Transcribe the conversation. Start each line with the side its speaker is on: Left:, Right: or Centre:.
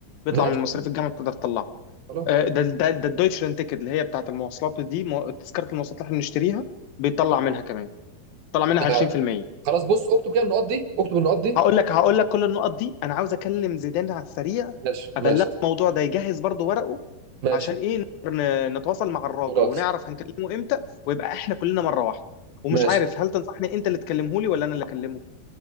Left: بيطلع
Right: ماشي
Left: من مصاريف الجامعه بتقدر تطلعه
Right: خلاص
Left: آه، ده ده ده الدويتشلاند تيكت اللي هي بتاعت المواصلات دي مو- تذكره المواصلات اللي احنا بنشتريها بيطلع منها كمان طلع منها
Right: ده
Left: 20%
Right: خلاص بص اكتب كده النقط دي اكتب النقط دي
Left: هقول لك هقول لك كل النقط دي انا عاوز اكلم زيدان على السريع
Right: ماشي
Left: ابلغه
Right: ماشي
Left: الموضوع ده يجهز برضو ورقه
Right: ماشي
Left: عشان ايه نقدر ن- نتواصل مع الراجل
Right: خلاص
Left: ونعرف هنكلمه امتى ويبقى احنا كلنا مره واحده ومش
Right: ماشي
Left: عارف هل تنصحني انت اللي تكلمه لي ولا انا اللي اكلمه